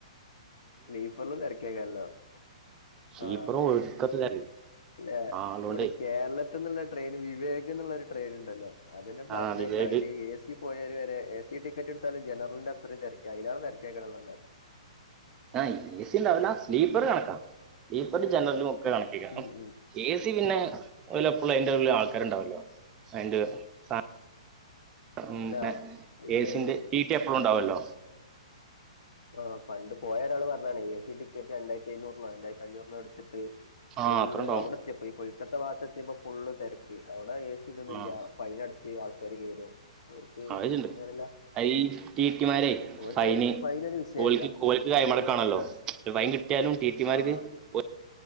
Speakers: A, on the left; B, on the right.
A: സ്ലീപ്പറിൽ തിരക്കേക്കാരല്ലോ
B: സ്ലീപ്പറും
A: ആഹ്
B: ഒടുക്കത്തെ
A: പിന്നെ
B: ആളോണ്ടേ
A: ഇവിടെ കേരള ത്ത്ന്നുള്ളൊരു ട്രെയിൻ വിവേക് എന്നുള്ളൊരു ട്രെയിൻ ഉണ്ടല്ലോ അതന്നെ
B: ആ
A: പറഞ്ഞേക്ക
B: വിവേക്
A: അയില് എ സി പോയവര് വരെ എ സി ടിക്കറ്റ് എടുത്താലും ജനറലിന്റെ അത്രയും തെരക്ക അതിലേറേ തെരക്ക് ആക്കണെന്ന് പറഞ്ഞേക്കാം
B: ആഹ് എ സി ഉണ്ടാവില്ല സ്ലീപ്പർ കണക്കാ സ്ലീപ്പറും ജനറലും ഒക്കെ കണക്കേക്കാരം
A: ഉം ഉം
B: എ സി പിന്നെ അയില് എപ്പളും അയിന്റെ ഉള്ളി ആൾക്കാരുണ്ടാവല്ലോ അയിന്റെ സാ <unintelligible>
A: അല്ല ഇന്നോട്
B: ഏസിന്റ ടി ടി എപ്പളും ഉണ്ടാവല്ലോ
A: ആഹ് പണ്ട് പോയൊരാള് പറഞ്ഞതാണ് എ സി ടിക്കറ്റ് രണ്ടായിരത്തി എഴുന്നൂറിനോ രണ്ടായിരത്തി അഞ്ഞൂറിനോ എടുത്തിട്ട്
B: ആ
A: ഫുള്ള്
B: അത്ര ഉണ്ടാവും
A: അവിടെത്തിയപ്പഴ്‌ ഈ കൊൽക്കത്ത ഭാഗത്ത് എത്തിയപ്പ ഫുള്ള് തെരക്ക് അവിടെ എ സി ഇതൊന്നില്ല
B: ആ
A: ഫൈൻ അടച്ച് ആൾക്കാര് കേറും ഓര്ക്ക്
B: അയില്ണ്ട്
A: അങ്ങനെല്ല
B: അയ് ടി ടി മാരെ
A: ഓര്ക്ക്
B: ഫൈന്
A: ഫൈനൊരു വിഷയമല്ല.
B: ഓൽക്ക് കോൽക്ക് കൈ മടക്കാണല്ലോ <unintelligible> കിട്ടിയാലും ടി ടി മാർക്ക്
A: ആഹ്
B: ഓ